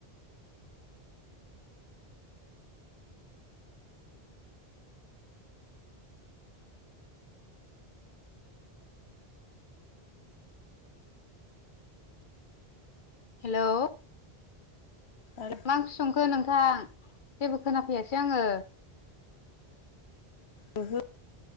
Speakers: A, on the left; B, on the left.
A: हेल'
B: आरो <unintelligible>
A: मा ओंख्रि संखो नोंथां जेबो खोनाफैयासै आङो
B: ओहो